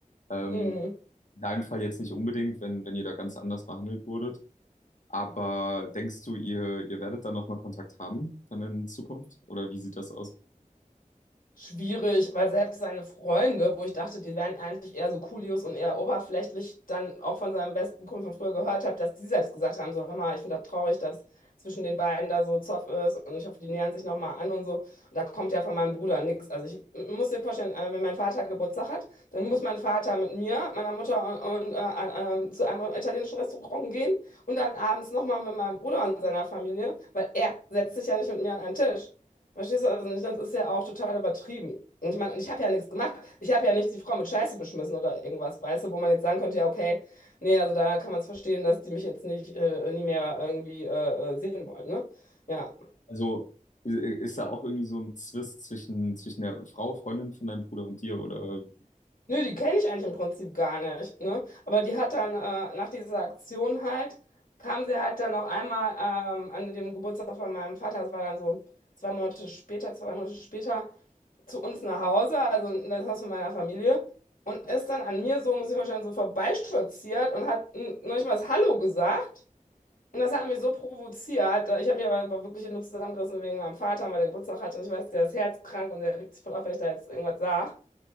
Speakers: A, on the left; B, on the left.
A: Ähm,
B: Mhm.
A: in deinem Fall jetzt nicht unbedingt, wenn, wenn ihr da ganz anders behandelt wurdet. Aber denkst du, ihr, ihr werdet da nochmal Kontakt haben dann in Zukunft? Oder wie sieht das aus?
B: Schwierig, weil selbst seine Freunde, wo ich dachte, die wären eigentlich eher so Coolios und eher oberflächlich, dann auch von seinem besten Kumpel von früher gehört habe, dass die selbst gesagt haben, so, hör mal, ich finde das traurig, dass zwischen den beiden da so Zoff ist und ich hoffe, die nähern sich nochmal an und so. Und da kommt ja von meinem Bruder nichts. Also ich m- muss dir vorstellen, äh, wenn mein Vater Geburtstag hat, dann muss mein Vater mit mir, meiner Mutter und, und äh, an- ähm, zu einem italienischen Restaurant gehen und dann abends nochmal mit meinem Bruder und seiner Familie, weil er setzt sich ja nicht mit mir an einen Tisch. Verstehst du? Also nicht, das ist ja auch total übertrieben. Und ich meine, und ich habe ja nichts gemacht. Ich habe ja nicht die Frau mit Scheiße beschmissen oder irgendwas, weißt du, wo man jetzt sagen könnte, ja, okay, nee, also da kann man es verstehen, dass die mich jetzt nicht, äh, nie mehr irgendwie äh, äh, sehen wollen, ne? Ja.
A: Also i- ist da auch irgendwie so ein Zwist zwischen, zwischen der Frau, Freundin von deinem Bruder und dir? Oder
B: Nö, die kenne ich eigentlich im Prinzip gar nicht, ne? Aber die hat dann äh, nach dieser Aktion halt, kam sie halt dann noch einmal ähm, an dem Geburtstag von meinem Vater, das war dann so zwei Monate später, zwei Monate später, zu uns nach Hause, also in das Haus von meiner Familie, und ist dann an mir so, muss ich vorstellen, so vorbeistolziert und hat n- noch nicht mal das Hallo gesagt. Und das hat mich so provoziert. äh, Ich habe mich aber, aber wirklich nur zusammengerissen wegen meinem Vater, weil der Geburtstag hatte. Und ich weiß, der ist herzkrank und der regt sich voll auf, wenn ich da jetzt irgendwas sage.